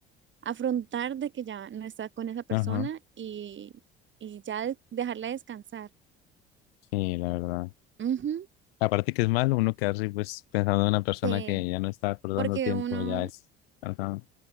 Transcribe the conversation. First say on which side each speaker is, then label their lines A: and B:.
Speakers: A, on the right (about 40°); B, on the left (about 75°).
A: afrontar de que ya no está con esa persona
B: ajá.
A: y, y ya de- dejarla descansar.
B: Sí, la verdad.
A: Ujú,
B: Aparte que es malo uno quedarse pues pensando en una persona
A: sí,
B: que ya no está acordando
A: porque
B: tiempo,
A: uno
B: ya es cansado.